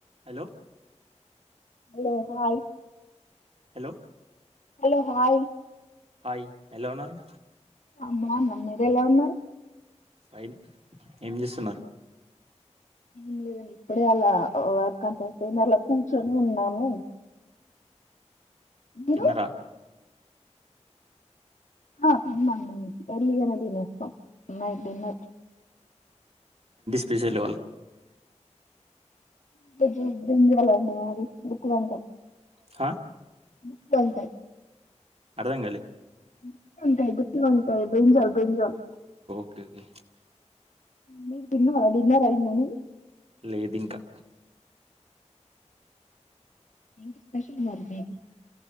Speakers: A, on the right (about 55°); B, on the left (about 90°).
A: Hello
B: hello hi
A: hello
B: hello hi
A: hi ఎలాఉన్నారు
B: అమ్మ నమ్మ మీరు ఎలా ఉన్నారు
A: ఫైన్ ఏం చేస్తున్నారు
B: అన్లేదండి ఇప్పుడే అలా వర్క అంత అయిపోయింది అలా కూర్చొని ఉన్నాము మీరు
A: తిన్నరా
B: ఆ తింన్నాము ఎర్లీ గానే తినేస్తాము మర్ డిన్నర్
A: పిసల్ వాళ్ళు
B: <unintelligible>
A: హా
B: గుత్ వంకాయ్
A: అర్థం గాలె
B: గుత్ వంకాయ్ గుత్తు వంకాయ్ బ్రింజల్ బ్రింజల్.
A: క్యా బి
B: మీర్ తింటున్నారా డిన్నర్ అయిందా మీది
A: లేదు ఇంకా
B: ఎంటి స్పెషల్ మరి మీది